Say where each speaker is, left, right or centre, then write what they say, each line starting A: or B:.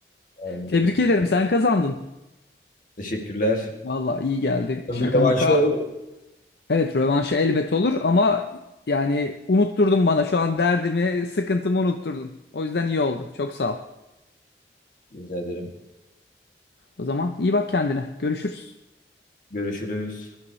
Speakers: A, on the left (about 45°); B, on the left (about 70°).
A: Aynen
B: Tebrik
A: öyle.
B: ederim, sen kazandın.
A: Teşekkürler.
B: Valla iyi geldi.
A: Bir
B: Şaka
A: rövanşı
B: maka.
A: olur.
B: Evet, rövanşı elbet olur ama yani unutturdun bana şu an derdimi, sıkıntımı unutturdun. O yüzden iyi oldu. Çok sağ ol.
A: Rica ederim.
B: O zaman iyi bak kendine. Görüşürüz.
A: Görüşürüz.